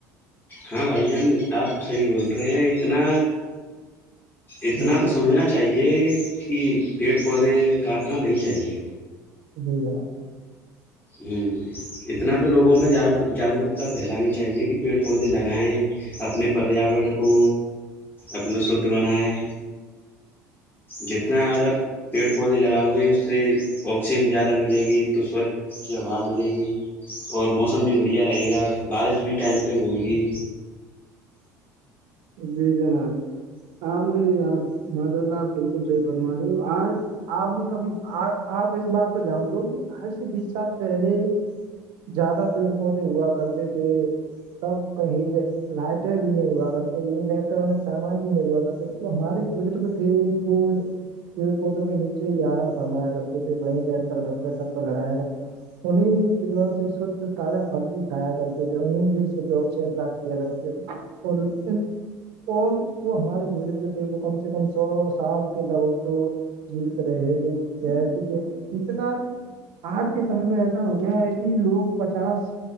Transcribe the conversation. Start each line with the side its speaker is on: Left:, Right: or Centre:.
Left: ہاں بھائی جان آپ صحیح بول رہے ہیں اتنا اتنا
Right: جی
Left: تو
Right: جناب
Left: سمجھنا چاہیے کہ پیڑ پودے کاٹنا نہیں چاہیے
Right: بی جنا <unintelligible>
Left: ہ اتنا تو لوگوں میں جا جاگروکتا پھیلانی چاہیے کہ پیڑ پودے لگائیں اپنے پریاور کو اپنا شھ بنائے جتنا اگر پیڑ پودے لگاؤ گے اس سے آکسیجن زیادہ ملے گی تو سوچھ اچھی ہوا ملے گی اور موسم بھی بڑھیا رہے گا بارش بھی ٹائم پہ ہوئےگی
Right: جی جناب آپ نے آپ ماشاء اللہ آپ بالکل صحیح فرما رہے ہو آج آپ نے کبھی آپ اس بات پہ جان دو کہ آج سے بیس سال پہلے زیادہ پیڑ پودے ہوا کرتے تھے تب کہیں لائٹیں بھی نہیں ہوا <unintelligible> الیکٹرانک سامان بھی نہیں ہوا کرتے ہمارے بزرگ تھے وہ پیڑ پودوں کے نیچے ہی آرام فرمایا کرتے تھے وہیں بیٹھ کر گ پے سب کوہ لڑایا کرتے انیں ج شھ تازا فل بھی کھایا کرتے تھ انیں ج شھ آکسیجن پراپت کیا کرتے اور <unintelligible> اور وہ ہمارے بزرگ تھے وہ کم سے کم سو سال کے لگ بگ تو جیت رہے ل رہ کہ انتبار آج کے سمے میں ایسا ہو گیا ہے کہ لوگ پچاس